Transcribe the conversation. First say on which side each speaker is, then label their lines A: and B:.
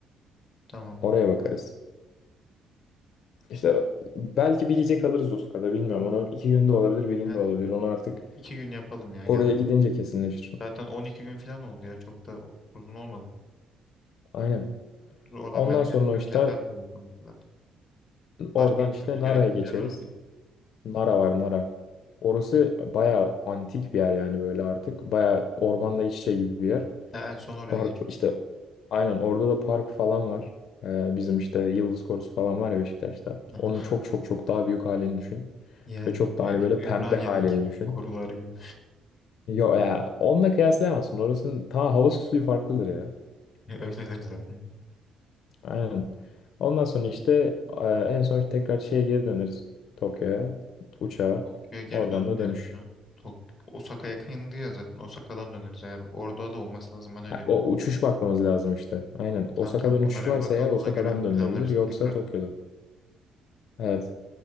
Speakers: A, on the left; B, on the left.
A: Tamam.
B: Oraya bakarız. İşte belki bir gece kalırız Osaka'da bilmiyorum. Onu iki günde olabilir bir günde
A: Yani
B: olabilir. Onu artık
A: iki gün yapalım ya
B: oraya
A: gelmiş.
B: gidince kesinleşir.
A: Zaten 12 gün falan oldu ya çok da uzun olmadı.
B: Aynen.
A: Zorlanmaya
B: Ondan
A: da gerek
B: sonra
A: yok.
B: işte
A: Yeterli zaten bu kadar. Başka
B: oradan
A: gitmemiz
B: işte Nara'ya
A: gereken
B: geçeriz.
A: bir yer var mıydı?
B: Nara var Nara. Orası bayağı antik bir yer yani böyle artık. Bayağı ormanla iç içe gibi bir yer.
A: Ha, en son oraya
B: Park
A: geçiyoruz.
B: işte aynen orada da park falan var. Ee, bizim işte Yıldız Korusu falan var ya Beşiktaş'ta.
A: Aha.
B: Onun çok çok çok daha büyük halini düşün.
A: Yani
B: Ve çok
A: <laughs>
B: daha hani böyle
A: Ümraniye'deki
B: pembe halini düşün.
A: korular gibi.
B: Yok ya onunla kıyaslayamazsın. Orasının ta havası suyu farklıdır ya.
A: <laughs> Öyledir zaten.
B: Aynen. Ondan sonra işte e, en son işte, tekrar şeye geri döneriz. Tokyo'ya. Uçağa.
A: Tokyo'ya geri
B: Oradan
A: dönmeyelim
B: da dönüş.
A: ya. Tok Osaka yakındı ya zaten. Osaka'dan döneriz eğer. Orada da olması lazım. Ben öyle
B: Ha,
A: biliyorum.
B: O uçuş bakmamız lazım işte. Aynen.
A: Tamam
B: Osaka'dan
A: tamam. Onlara
B: uçuş varsa
A: bir bakalım.
B: eğer Osaka'dan
A: Ona göre
B: dönülebilir.
A: planlarız
B: Yoksa
A: tekrar.
B: Tokyo'da. Evet.